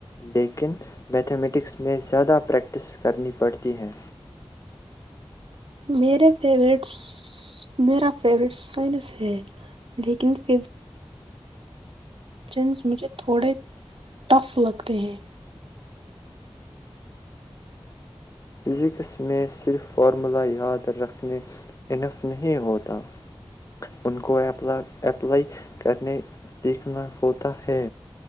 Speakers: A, on the left; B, on the right.
A: لیکن میتھمیٹکس میں زیادہ پریکٹس کرنی پڑتی ہے
B: میرے فیوریٹس میرا فیوریٹ سائنس ہے لیکن فز ٹنز مجھے تھوڑے ٹف لگتے ہیں
A: فزکس میں صرف فارمولہ یاد رکھنے انف نہیں ہوتا ان کو اپ اپلائی کرنے سیکھنا ہوتا ہے